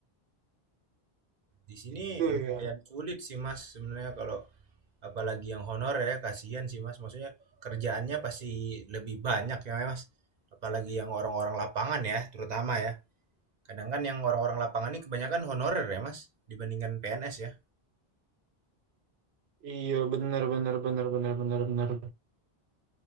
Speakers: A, on the right (about 50°); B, on the right (about 85°).
A: Di sini
B: gitu
A: lumayan
B: ya.
A: sulit sih, Mas, sebenarnya kalau apalagi yang honor ya, kasihan sih, Mas. Maksudnya kerjaannya pasti lebih banyak ya, Mas. Apalagi yang orang-orang lapangan ya, terutama ya. Kadang kan yang orang-orang lapangan ini kebanyakan honorer ya, Mas, dibandingkan PNS ya.
B: Iya benar benar benar benar benar benar.